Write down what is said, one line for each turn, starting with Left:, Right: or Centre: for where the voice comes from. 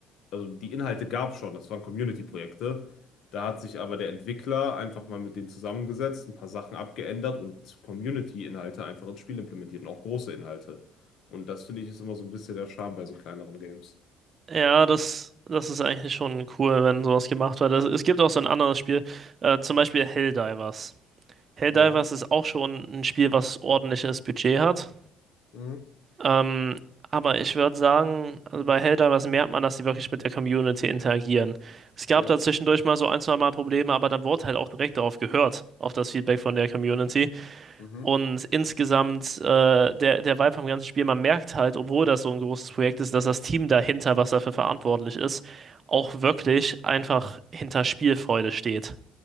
Left: also die Inhalte gab es schon, das waren Community-Projekte. Da hat sich aber der Entwickler einfach mal mit denen zusammengesetzt, ein paar Sachen abgeändert und Community-Inhalte einfach ins Spiel implementiert und auch große Inhalte. Und das finde ich ist immer so ein bisschen der Charme bei so kleineren Games.
Right: ja, das, das ist eigentlich schon cool, wenn sowas gemacht wird. Es, es gibt auch so ein anderes Spiel, äh, zum Beispiel Helldivers. Helldivers
Left: Ja,
Right: ist auch schon ein Spiel, was ordentliches Budget hat.
Left: mhm.
Right: Ähm, aber ich würde sagen, also bei Helldivers was merkt man, dass sie wirklich mit der Community interagieren. Es gab
Left: Ja,
Right: da zwischendurch mal so ein, zwei Mal Probleme, aber dann wurde halt auch direkt darauf gehört, auf das Feedback von der Community.
Left: mhm.
Right: Und insgesamt, äh, der, der Vibe vom ganzen Spiel, man merkt halt, obwohl das so ein großes Projekt ist, dass das Team dahinter, was dafür verantwortlich ist, auch wirklich einfach hinter Spielfreude steht